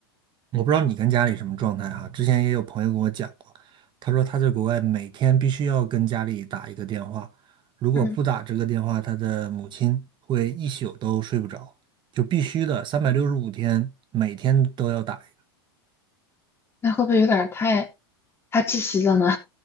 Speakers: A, on the right (about 35°); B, on the left (about 20°).
A: 我不知道你跟家里什么状态哈、之前也有朋友跟我讲过，他说他在国外每天必须要跟家里打一个电话，如果不打这个电话，
B: 嗯。
A: 他的母亲会一宿都睡不着，就必须的，三百六十五天每天都要打一个。
B: 那会不会有点儿太太窒息了呢？